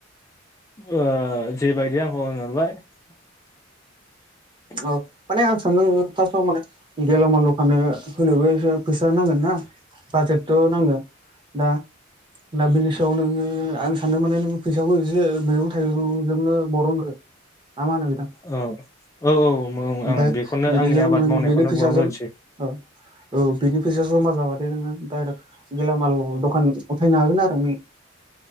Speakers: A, on the left; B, on the right.
A: ओ जेबायदि आंखौ होनहरबाय। <inaudible>
B: औ माने आं सानदों फार्स्टआव माने गेलामाल दखान होनोबो एसे फैसा नांगोन ना बाजेटथ' नांगोन दा दा बिनि सायाव नोङो आं सानदों माने नों फैसाखौ एसे मैगं थाइगंजोंनो बरनग्रो ना मा होनो नोंथां?
A: औ औ औ
B: ओमफाय
A: आं बेखौनो
B: बिदिजों
A: आंनि आबाद
B: नों
A: मावनायखौनो
B: बेनो फैसाजों
A: बरनग्रोनोसै
B: ओ औ बिनि फैसााया जमा जाबाथाय नोंङो डाइरेक्ट गेलामाल दखान उथायनो हागोन आरो नों।